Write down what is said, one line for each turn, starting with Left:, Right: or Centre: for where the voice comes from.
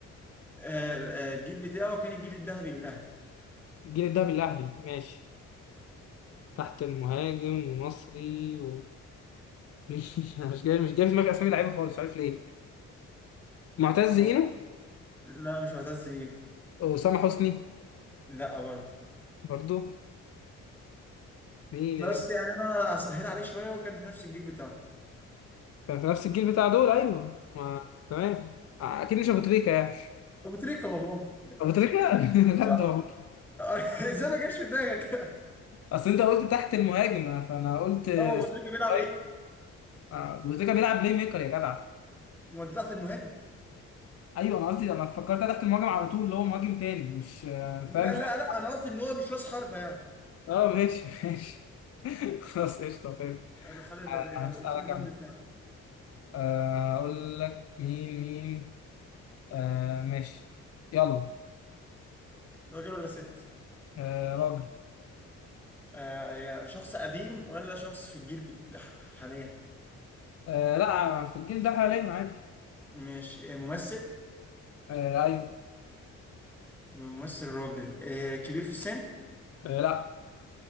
Centre: آه، آه، الجيل بتاعه كان الجيل الذهبي للاهلي
Left: الجيل الذهبي الأهلي ماشي تحت المهاجم ومصري و... <laughs> مش أنا مش جاي مش جاي في دماغي أسامي لعيبة خالص مش عارف ليه معتز
Centre: آه.
Left: هنا
Centre: لا مش معتز اينو
Left: وأسامة حسني
Centre: لا برضه
Left: برضو مين
Centre: بس
Left: يا جدع؟
Centre: يعني انا اسهل عليك شويه وكان في نفس الجيل بتاعه
Left: كان في نفس الجيل بتاع دول أيوه ما تمام أكيد مش أبو تريكة يعني
Centre: ابو تريكه والله
Left: أبو تريكة <laughs> بجد
Centre: لا.
Left: والله
Centre: <laughs> ازاي ما جاش في دماغك <laughs>
Left: أصل أنت قلت تحت المهاجم فأنا قلت
Centre: هو ابو
Left: سترايكر.
Centre: تريكه بيلعب ايه؟
Left: أبو تريكة بيلعب بلاي ميكر يا جدع
Centre: مودي تحت المهاجم
Left: ايوه انا قصدي انا فكرتها تحت المهاجم على طول اللي هو مهاجم تاني مش آه،
Centre: لا
Left: فاهم مش
Centre: لا
Left: نص
Centre: لا انا قصدي ان هو مش راس حربه يعني
Left: اه ماشي ماشي <laughs> خلاص قشطه فاهم
Centre: انا خلي
Left: آه، هسألك
Centre: لو شوف الراوند
Left: انا
Centre: بتاعته
Left: آه، اقول لك مين مين آه ماشي يلا
Centre: راجل ولا ست؟
Left: آه راجل
Centre: آه يعني شخص قديم ولا شخص في الجيل بت- حاليا؟
Left: آه لا في الجيل ده حاليا عادي
Centre: مش آه، ممثل
Left: آه ايوه
Centre: تمام، ممثل راجل آه كبير في السن
Left: آه لا